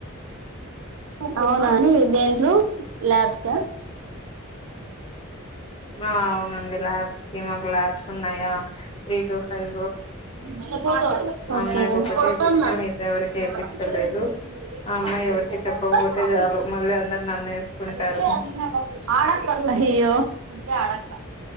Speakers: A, on the right (about 75°); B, on the left (about 25°).
A: అవునాండి దేంలో లాబ్ క
B: ఆ అవునండి ల్యాబ్స్ కి మాకు ల్యాబ్స్ ఉన్నాయా త్రీ టూ ఫైవ్
A: <inaudible> ఓకే
B: అమ్మాయికి ఒకటే వేపించిన మిగతా ఎవరికి వేపించలేదు
A: అడ
B: ఆ అమ్మాయి ఎవరికి చెప్పకపోతే చాలు మళ్ళీ అందరు నన్ను వేసుకుంటారు
A: అయ్యో